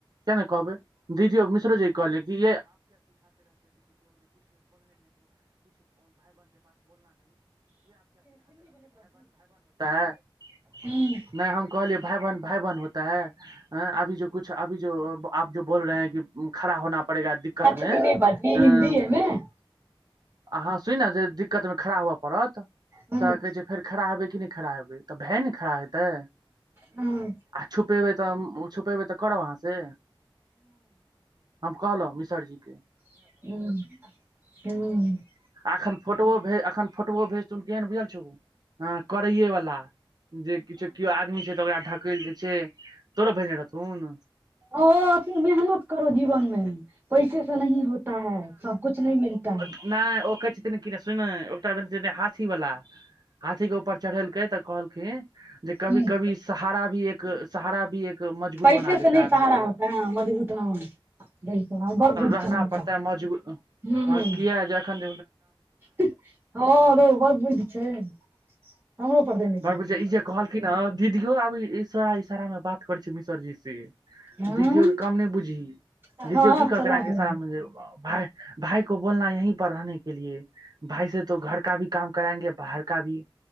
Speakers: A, on the right (about 50°); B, on the right (about 25°).
A: किया ने कहबै। दीदीयो मिश्र जी कहले कि <unintelligible> <unintelligible> <unintelligible>
B: हूँ।
A: नहि हम कहलियै भाइ बहन भाइ बहन <unintelligible> <unintelligible>
B: इह नहि बाजहि
A: अं,
B: हिन्दीमें।
A: अहाँ सुन अ जे दिक्कतमे खड़ा हुए पड़त,
B: हँ
A: से कहै छै फेर खड़ा हेबै कि नहि। खड़ा हेबै, भाई ने खड़ा हेतै,
B: हँ
A: आ छुपेबै तऽ छुपेबै तऽ करब अहाँ से, हम कहलहुँ मिसर जी के।
B: <unintelligible>
A: एखन फोटोओ भेज एखन फोटोओ भेज थुन, केहन बुझल छौ? हँ, करैए वला, जे किछो केओ आदमी छै तऽ, ओकरा ढकेल दै छै। तोरो भेजने रहथुन।
B: ओ अथि, मेहनत ककरो जीवन मे पैसे से नही होता है, सब कुछ नै मिलता है। <unintelligible>
A: नय ओ कहै छथिन कि, सुनुने हाथी वाला, हाथी के ऊपर। चढ़ेलकै तऽ कहलखिन जे, कभी-
B: ह
A: कभी सहारा भी एक हँ, सहारा भी एक मजबूत
B: पैसे
A: बना
B: से
A: देता
B: नहि
A: है आदमी
B: सहारा
A: को।
B: होता है हाँ, मजबूत हँ बिलकुल बड़ बुद्धि छलौं
A: रहना पड़ता
B: तऽ
A: है मजगूत,
B: हूं
A: हँ, किया जखन
B: हँ रौ, बड़ बुद्धि छैन, हमरो पर देने
A: बारह
B: छलखिन
A: बजे आ ई जे कहलखिन हँ, दीदियो आब इशारा- इशारा मे बात करै छै मिसरजी से।
B: हँ
A: दीदियो के कम नहि बुझही,
B: हँ
A: दीदियो की कहलकै
B: चला
A: एनाके
B: के लेबै
A: इसारा में जे भाय। भाइ को बोलना, यही पर रहने के लिए <inaudible> भाइ से तो घर का भी काम कराएंगे, बाहर का भी।